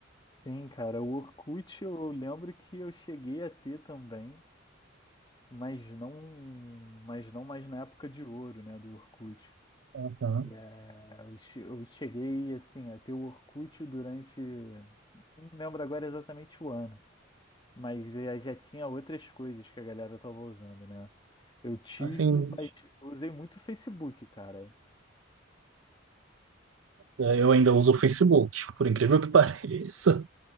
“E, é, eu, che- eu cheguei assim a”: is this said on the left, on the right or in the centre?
Left